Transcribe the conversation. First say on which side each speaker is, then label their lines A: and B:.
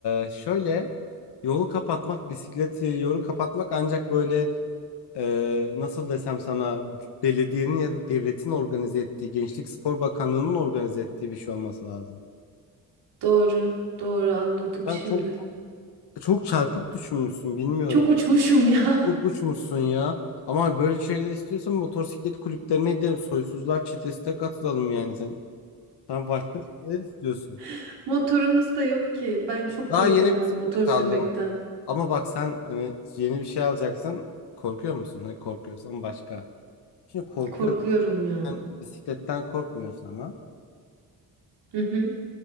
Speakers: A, on the left; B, on the right.
A: e, şöyle yolu kapatmak bisiklet yolu kapatmak ancak böyle e, nasıl desem sana belediyenin ya da devletin organize ettiği Gençlik Spor Bakanlığı'nın organize ettiği bir şey olması lazım.
B: Doğru, doğru anladım
A: Ben
B: şimdi.
A: çok Çok çarpık düşünmüşsün bilmiyorum.
B: Çok uçmuşum ya.
A: Çok uçmuşsun ya. Ama böyle şeyler istiyorsan motosiklet kulüplerine gidelim. Soysuzlar çetesine katılalım yani sen. Sen başka şeyler istiyorsun.
B: <laughs> Motorumuz da yok ki. Ben çok
A: Daha
B: korkarım
A: yeni bisiklet
B: hem motor sürmekten.
A: aldım. Ama bak sen hani yeni bir şey alacaksın. Korkuyor musun? Hani korkuyorsan başka. Şimdi korkuyorum.
B: Korkuyorum ya.
A: Sen bisikletten korkmuyorsun ama.
B: Hı hı.